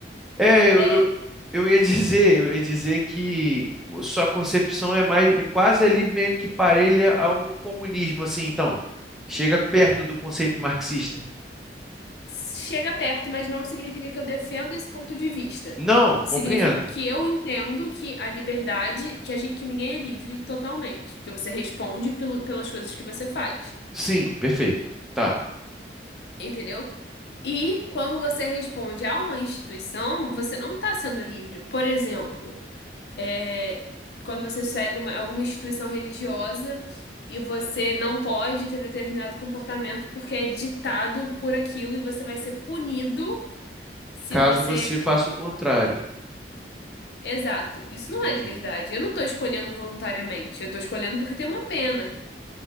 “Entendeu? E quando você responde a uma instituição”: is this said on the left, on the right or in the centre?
Left